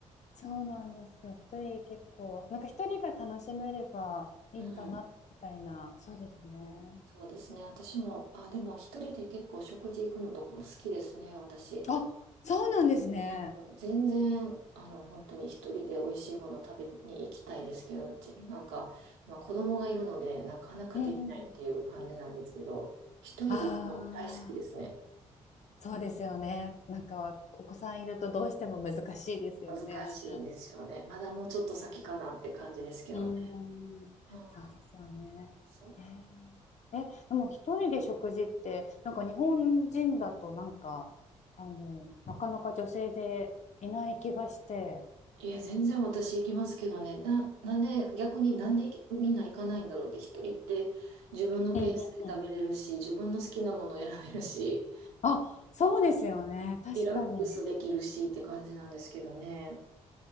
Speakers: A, on the left (about 45°); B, on the right (about 75°).
A: そうなんですよ。一人結構、なんか一人が楽しめればいいかな、
B: うん。
A: みたいな。そうですね。
B: そうですね。私も、あ、でも一人で結構食事行くのとかも好きですね、私。
A: あ、そうなんですね。
B: うん全然、あの、本当に一人で美味しいものを食べに行きたいですけど、ちなんか、今子供がいるので、なかなかできないっていう感じなんですけど、
A: うんうんうん。
B: 一人で行くの大好きですね。
A: ああ、そうですよね。なんか、お子さんいるとどうしても難しいですよね。
B: 難しいんですよね。まだもうちょっと先かなって感じですけどね。
A: うーん、
B: あー
A: そうですよね。
B: そう。
A: えーえ、でも一人で食事って、なんか日本人だとなんか、あの、なかなか女性でいない気がして。
B: いや、全然私行きますけどね。な、なんで、逆になんで行きみんな行かないんだろうって、一人って自分のペースで食べれるし、
A: うんうんうん。
B: 自分の好きなものを選べるし、
A: あ、そうですよね。確かに。
B: リラックスできるしって感じなんですけどね。